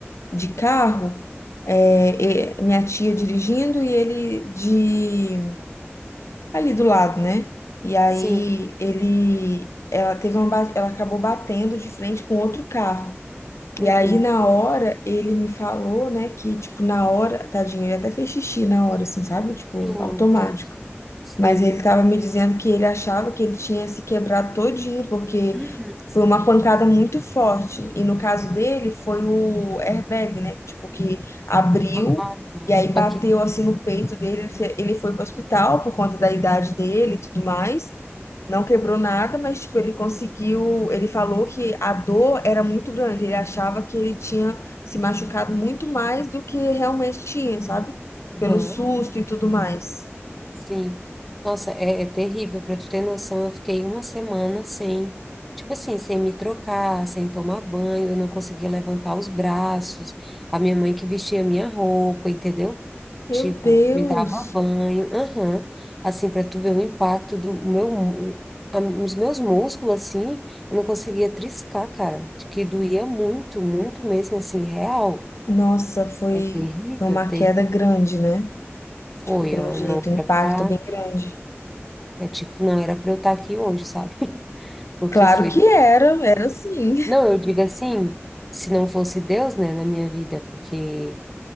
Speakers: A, on the left; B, in the centre.
A: de carro, é, e- minha tia dirigindo e ele de ali do lado, né? E aí
B: Sim.
A: ele, ela teve uma, ba- ela acabou batendo de frente com outro carro.
B: Uhum.
A: E aí na hora ele me falou, né, que tipo na hora, tadinho, ele até fez xixi na hora, assim, sabe? Tipo
B: Oh,
A: automático.
B: meu Deus. Sim.
A: Mas ele estava me dizendo que ele achava que ele tinha se quebrado todinho, porque
B: Uhum.
A: foi uma pancada muito forte. E no caso dele, foi o airbag, né? Tipo, que abriu
B: Ah,
A: e aí
B: tá.
A: bateu
B: ok.
A: assim no peito dele. Ele fe- ele foi para o hospital por conta da idade dele e tudo mais. Não quebrou nada, mas tipo, ele conseguiu. Ele falou que a dor era muito grande. Ele achava que ele tinha se machucado muito mais do que realmente tinha, sabe?
B: Aham.
A: Pelo susto e tudo mais.
B: Sim. Nossa, é, é terrível. Para tu ter noção, eu fiquei uma semana sem, tipo assim, sem me trocar, sem tomar banho, eu não conseguia levantar os braços. A minha mãe que vestia a minha roupa, entendeu?
A: Meu
B: Tipo,
A: Deus!
B: me dava banho. Aham. Assim, para tu ver o impacto do meu, mu- a- os meus músculos, assim, eu não conseguia triscar, cara. De Que doía muito, muito mesmo, assim, real.
A: Nossa, foi,
B: É terrível,
A: foi uma
B: terrível.
A: queda grande, né?
B: Foi,
A: Tipo, pelo
B: ó,
A: jeito,
B: não
A: um
B: era
A: impacto
B: pra.
A: bem grande.
B: É tipo, não era para eu estar aqui hoje, sabe? <laughs> Porque
A: Claro
B: foi.
A: que era, era sim.
B: Não, eu digo assim, se não fosse Deus, né, na minha vida, porque